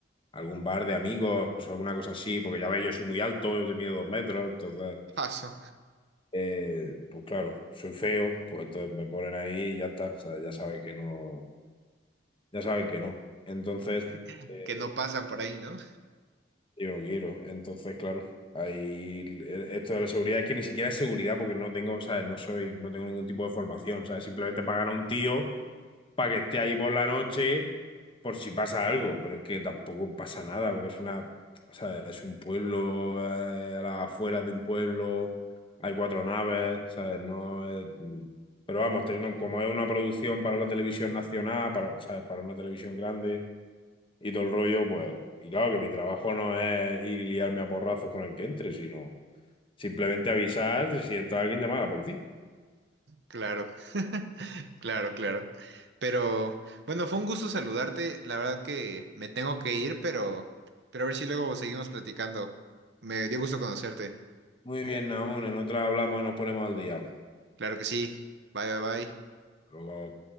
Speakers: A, on the left (about 30°); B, on the right (about 65°).
A: algún bar de amigos o alguna cosa así, porque ya veis, yo soy muy alto, yo te mido dos metros, entonces,
B: Paso,
A: eh, pues claro, soy feo, pues entonces me ponen ahí y ya está. O sea, ya saben que no, ya saben que no. Entonces,
B: <laughs>
A: eh,
B: que no pasan por ahí, ¿no?
A: Yo no quiero. Entonces, claro, ahí esto de la seguridad es que ni siquiera es seguridad porque no tengo, ¿sabes? No soy, no tengo ningún tipo de formación, ¿sabes? Simplemente pagan a un tío para que esté ahí por la noche por si pasa algo, pero es que tampoco pasa nada porque es una, o sea, es un pueblo, eh, a las afueras de un pueblo, hay cuatro naves, ¿sabes? No es- Pero vamos, teniendo como es una producción para la televisión nacional, para, ¿sabes? Para una televisión grande y todo el rollo, pues, y claro que mi trabajo no es ir y liarme a porrazos con el que entre, sino simplemente avisar y si entra alguien, llamar a la policía.
B: Claro, <laughs> claro, claro. Pero bueno, fue un gusto saludarte. La verdad que me tengo que ir, pero, pero a ver si luego seguimos platicando. Me dio gusto conocerte.
A: Muy bien, Naún, en otra hablamos y nos ponemos al día.
B: Claro que sí. Bye, bye, bye.
A: Luego.